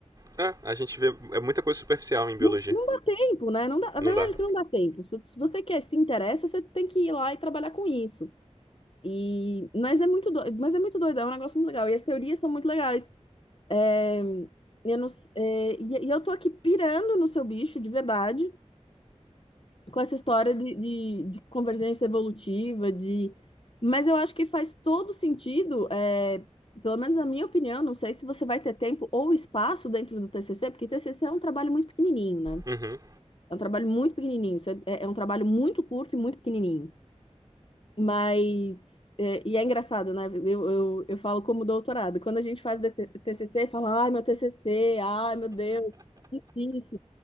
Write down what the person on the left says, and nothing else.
Não, não dá tempo, né? Não dá, a
verdade
é que não dá tempo. Se se você quer, se interessa, você tem que ir lá e trabalhar com isso. E, mas é muito doido, mas é muito doido, é um negócio muito legal. E as teorias são muito legais. É, eu não s- é, e, e eu tô aqui pirando no seu bicho, de verdade, com essa história de, de, de convergência evolutiva, de... Mas eu acho que faz todo sentido, é, pelo menos na minha opinião, não sei se você vai ter tempo ou espaço dentro do TCC, porque TCC é um trabalho muito pequenininho, né?
É um trabalho muito pequenininho, você- é é é um trabalho muito curto e muito pequenininho. Mas, é, e é engraçado, né? Eu, eu, eu falo como doutorado. Quando a gente faz DT TCC, fala, ai, meu TCC, ai, meu Deus, difícil.